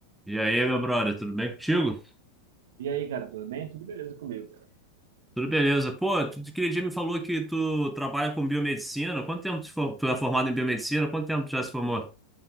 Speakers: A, in the centre; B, on the right.
A: E aí, meu brother, tudo bem contigo?
B: E aí, cara, tudo bem? Tudo beleza comigo, cara?
A: Tudo beleza. Pô, tu aquele dia me falou que tu trabalha com biomedicina. Quanto tempo tu, for- tu é formado em biomedicina? Quanto tempo tu já se formou?